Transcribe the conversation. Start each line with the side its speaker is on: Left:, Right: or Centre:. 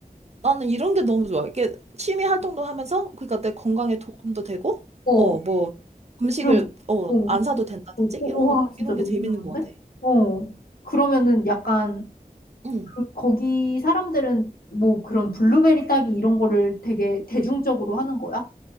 Right: 나는 이런 게 너무 좋아. 이게 취미 활동도 하면서, 그러니까 내 건강에 도움도 되고,
Left: 어,
Right: 어, 뭐, 음식을,
Left: 그리고,
Right: 어,
Left: 어,
Right: 안 사도 된다든지?
Left: 어, 어,
Right: 이런
Left: 와,
Right: 거,
Left: 진짜
Right: 이런 게
Left: 너무
Right: 재밌는
Left: 어려운데?
Right: 것 같아.
Left: 어, 그러면은 약간,
Right: 응.
Left: 그- 거기 사람들은 뭐 그런 블루베리 따기 이런 거를 되게 대중적으로 하는 거야?